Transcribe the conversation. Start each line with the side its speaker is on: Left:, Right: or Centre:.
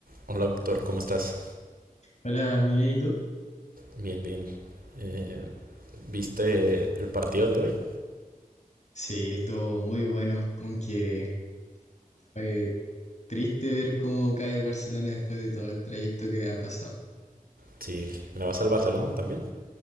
Right: Hola, Víctor, ¿cómo estás?
Left: Hola, muy bien, ¿y tú?
Right: Bien, bien. Eh, ¿viste el partido de hoy?
Left: Sí, estuvo muy bueno, aunque fue triste ver cómo cae el Barcelona después de todo el trayecto que ha pasado.
Right: Sí, ¿le vas al Barcelona también?